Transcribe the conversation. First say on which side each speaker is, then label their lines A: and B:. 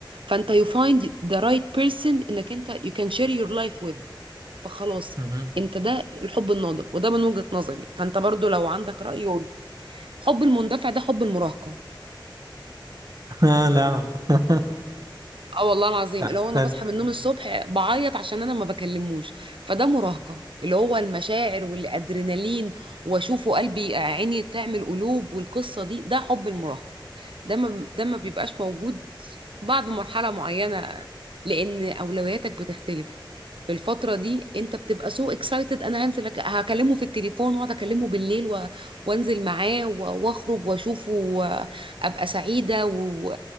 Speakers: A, on the right; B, on the right.
A: فانت you find the right person انك انت you can share your life with فخلاص
B: مهم.
A: انت ده الحب الناضج وده من وجهة نظري فانت برضو لو عندك رأي قول حب المندفع ده حب المراهقة
B: آه لا <laughs>
A: اه والله العظيم
B: أحسنت
A: اللي هو انا بصحى من النوم الصبح بعيط عشان انا ما بكلموش فده مراهقة اللي هو المشاعر والادرينالين واشوفه قلبي عيني تعمل قلوب والقصة دي ده حب المراهقة ده ما ده ما بيبقاش موجود بعد مرحلة معينة لأن أولوياتك بتختلف في الفترة دي أنت بتبقى سو اكسايتد أنا هنزل أك- هكلمه في التليفون وأقعد أكلمه بالليل و... وأنزل معاه و... وأخرج وأشوفه وأبقى سعيدة و...